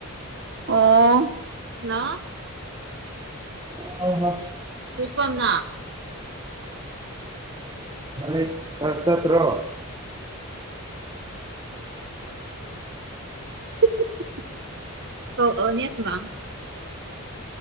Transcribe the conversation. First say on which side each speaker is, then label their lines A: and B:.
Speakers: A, on the right (about 50°); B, on the right (about 20°).
A: ꯑꯣ ꯍꯜꯂꯣ
B: <unintelligible>
A: <unintelligible>
B: ꯅꯪꯗꯤ ꯆ꯭ꯔꯁ ꯆꯠꯇ꯭ꯔꯣ
A: <unintelligible>